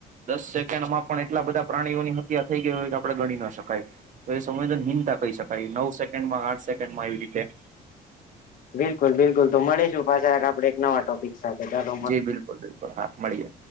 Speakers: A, on the right; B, on the left.
A: દસે પણ એટલા બધા પ્રાણીઓ ની હત્યા થઈ ગઈ હોય તો આપણે ગણી ન શકાય તો એ સંવેદન હિનતા કહી શકાય નવ સેકન્ડમાં આઠ સેકન્ડ માં આવી રીતે
B: બિલકુલ બિલકુલ તો મળીશું પાછાઆપડે એક નવા ટોપિક રિક્ા જ <unintelligible>
A: જી બિલકુલ બિલકુલ હા મળીએ